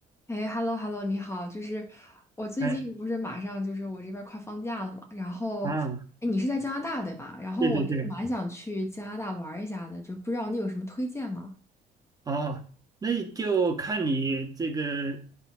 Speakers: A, on the left; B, on the right.
A: 哎，hello hello，你好，就是我最近不是马上就是我这边儿快放假了嘛，
B: 哎
A: 然后，
B: 啊，
A: 哎，你是在加拿大对吧？然后我是蛮想去加拿大玩儿一下的，
B: 对对对，
A: 就不知道你有什么推荐吗？
B: 哦，那就看你这个，